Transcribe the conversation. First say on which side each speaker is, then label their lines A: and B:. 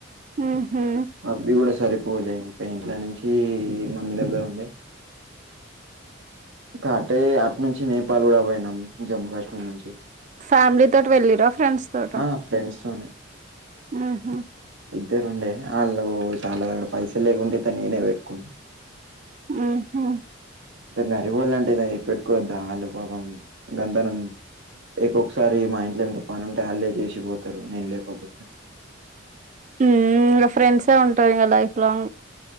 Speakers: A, on the right; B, on the right.
A: ఉహు
B: అవి కూడా సరి పూలే ఇంకా ఇంట్లో నుంచి మమ్మీ దగ్గర ఉండే తె అటే అట్నుంచి నేపాల్ కూడా పోయినాం జమ్మూ కాశ్మీర్ నుంచి
A: ఫ్యామిలీ తోటి వెళ్ళిరా ఫ్రెండ్స్ తోట
B: ఆ ఫ్రెండ్స్ తోనే
A: ఆహా
B: ఇద్దరు ఉండే అళ్ళు చాలా దగ్గర పైసలు లేకుంటే త నేనే పెట్టుకున్నా
A: మ్మ్ఉమ్మ్
B: ఇంత గరీబోలంటే ఇదై పెట్టుకోవద్దా ఆలు పాపం గంతనం ఎకొక్కసారి మా ఇంట్లో ఎంత పనుంటే అళ్ళే చేసిపోతారు నేను లేకపోతే
A: ఉమ్మ్ ఇంగ ఫ్రెండ్సే ఉంటారు ఇంగా లైఫ్ లాంగ్